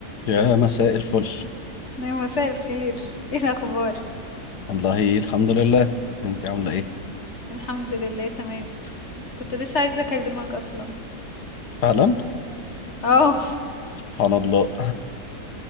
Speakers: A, on the left; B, on the left.
A: يا مساء الفل
B: نعم، مساء الخير ايه الاخبار
A: والله الحمد لله انت عامله ايه
B: الحمد لله تمام كنت لسه عايزه اكلمك اصلا
A: فعلا
B: اه
A: سبحان الله